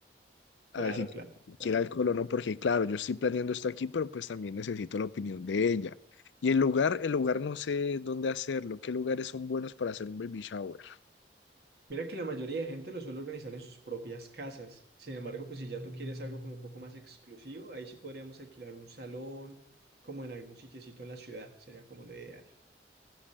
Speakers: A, on the left; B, on the right.
A: a
B: Claro,
A: ver si
B: claro. claro.
A: quiere alcohol o no, porque claro, yo estoy planeando esto aquí, pero pues también necesito la opinión de ella. Y el lugar, el lugar no sé dónde hacerlo, qué lugares son buenos para hacer un baby shower.
B: Mira que la mayoría de gente lo suele organizar en sus propias casas. Sin embargo, pues si ya tú quieres algo como un poco más exclusivo, ahí sí podríamos alquilar un salón, como en algún sitiecito en la ciudad, sería como lo ideal.